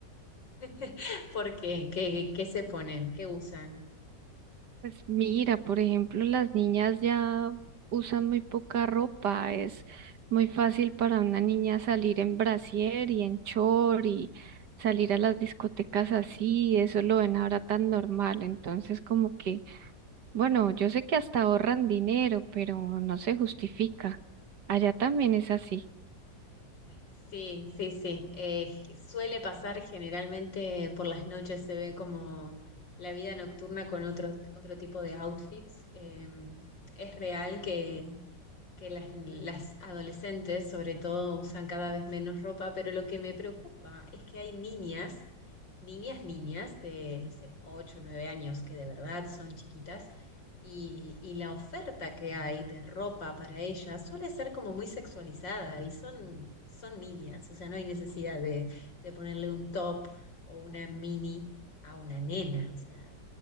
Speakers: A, on the left (about 85°); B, on the right (about 65°).
A: <laughs> ¿Por qué? ¿Qué, qué se ponen? ¿Qué usan?
B: Pues mira, por ejemplo, las niñas ya usan muy poca ropa. Es muy fácil para una niña salir en brasier y en chor y salir a las discotecas así. Eso lo ven ahora tan normal. Entonces, como que, bueno, yo sé que hasta ahorran dinero, pero no se justifica. Allá también es así.
A: Sí, sí, sí. Eh, suele pasar generalmente por las noches, se ve como la vida nocturna con otro, otro tipo de outfits. Eh, es real que que las, las adolescentes sobre todo usan cada vez menos ropa, pero lo que me preocupa es que hay niñas, niñas, niñas de, no sé, 8 o 9 años que de verdad son chiquitas y, y la oferta que hay de ropa para ellas suele ser como muy sexualizada y son, son niñas, o sea, no hay necesidad de, de ponerle un top o una mini a una nena, o sea,